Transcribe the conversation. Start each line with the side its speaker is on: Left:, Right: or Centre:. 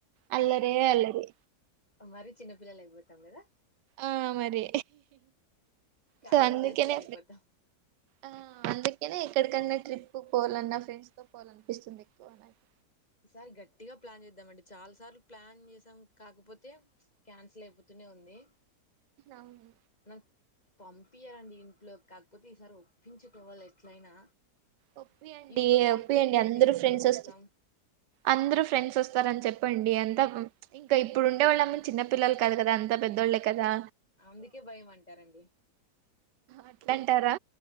Right: అల్లరే అల్లరి
Left: మరీ చిన్న పిల్లలైపోతాం కదా
Right: ఆ మరి
Left: కాలేజ్
Right: సో అందుకేనే
Left: డేస్ కి వెళ్ళిపోతాం.
Right: ఆ అందుకేనే ఎక్కడికన్నా ట్రిప్ పోవాల నా ఫ్రెండ్స్ తో పోవాలనిపిస్తుంది ఎక్కువ నాకి
Left: ఈసారి గట్టిగా ప్లాన్ చేద్దాం అండి చాలా సార్లు ప్లాన్ చేసాం కాకపోతే క్యాన్సల్ అయిపోతూనే ఉంది
Right: అవును
Left: నాకు పంపియరండి ఇంట్లో కాకపోతే ఈసారి ఒప్పించుకోవాలి ఎట్లయినా
Right: ఒప్పియండి
Left: ఇప్పుడు కాకుంటే
Right: ఒప్పియండి అందరూ
Left: ఇంకా ఎప్పుడు
Right: ఫ్రెండ్స్
Left: పోతాం
Right: వస్ అందరూ ఫ్రెండ్స్ వస్తారని చెప్ చెప్పండి అంతా ఇంకా ఇప్పుడు ఉండే వాళ్ళము చిన్న పిల్లలు కాదు కదా అంత పెద్దోళ్ళే కదా
Left: అందుకే భయం అంటారండి
Right: అట్ల్ ద్దంటారా